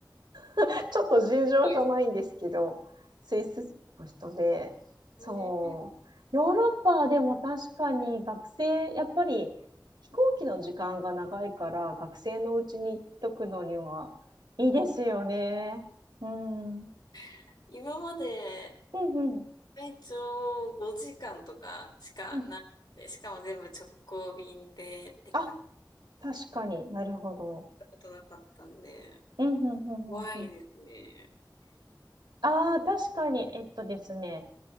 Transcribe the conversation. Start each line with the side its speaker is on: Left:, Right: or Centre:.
Right: <laughs> ちょっと尋常じゃないんですけど、
Left: ごい
Right: スイス人の人で、そう、
Left: えー
Right: ヨーロッパはでも確かに学生、やっぱり飛行機の時間が長いから学生のうちに行っとくのにはいいですよね。うん。うん
Left: <laughs> 今まで
Right: うん。
Left: 最長5時間とかしかないんで、
Right: うん。
Left: しかも全部直行便でって感じ
Right: あ、確かになるほど。
Left: たことなかったんで、
Right: うんうんうんうんうん。
Left: 怖いですね。
Right: ああ、確かに、えっとですね、